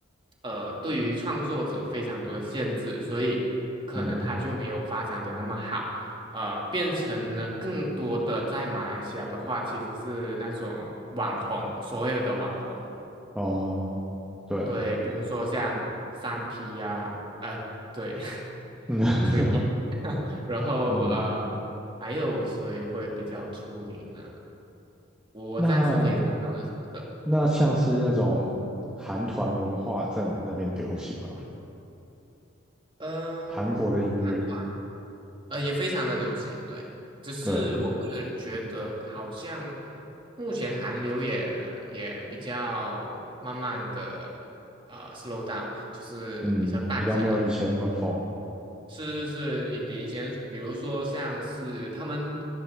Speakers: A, on the right (about 25°); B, in the centre.
A: 呃，对于创作者非常多的限制，所以可能他就没有发展的那么好，
B: 嗯，
A: 呃，变成了更多的在马来西亚的话，其实是那种网红，所有的网红。
B: 哦，对，
A: 对，比如说像三 P 呀、呃，对
B: 嗯
A: t r i <laughs> P，<laughs> 然后呃，
B: <laughs> 嗯，
A: 还有谁会比较出名呢？我我暂时可以想到的四个，
B: 那那像是那种韩团文化在你们那边流行吗？
A: 嗯，
B: 韩国的音乐，
A: 男团，呃，也非常的流行，对，只是我个人觉得好像
B: 对，
A: 目前韩流也也比较慢慢的呃 slow down，就是比较淡下来。
B: 嗯，比较没有以前那么疯，
A: 是是是，你以前比如说像是他们